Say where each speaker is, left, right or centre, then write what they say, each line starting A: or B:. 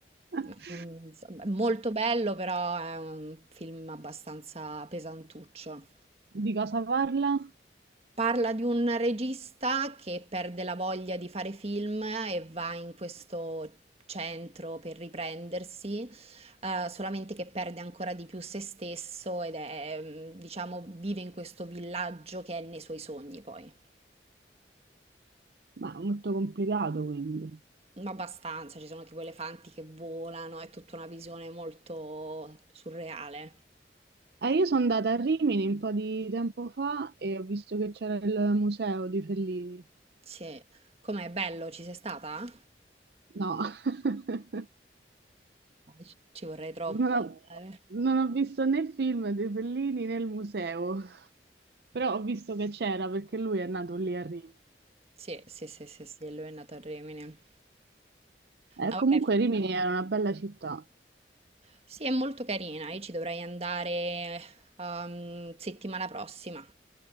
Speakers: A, on the right; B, on the right.
A: <laughs>
B: Ma non- insomma, è molto bello, però è un film abbastanza pesantuccio.
A: Di cosa parla?
B: Parla di un regista che perde la voglia di fare film e va in questo centro per riprendersi, eh, solamente che perde ancora di più se stesso ed è, mm, diciamo, vive in questo villaggio che è nei suoi sogni poi.
A: Ma è molto complicato, quindi.
B: Ma abbastanza, ci sono tipo elefanti che volano, è tutta una visione molto surreale.
A: Eh, io sono andata a Rimini un po' di tempo fa e ho visto che c'era il museo di Fellini.
B: Sì. Com'è bello, ci sei stata?
A: No. <laughs>
B: Dai, Ci ci vorrei troppo
A: Non ho,
B: andare.
A: non ho visto né film di Fellini né il museo, però ho visto che c'era perché lui è nato lì a Rimini.
B: Sì, sì, sì, sì, sì, lui è nato a Rimini.
A: Eh,
B: Ah,
A: comunque
B: vabbè.
A: Rimini era una bella città.
B: Sì, è molto carina. Io ci dovrei andare ehm, settimana prossima.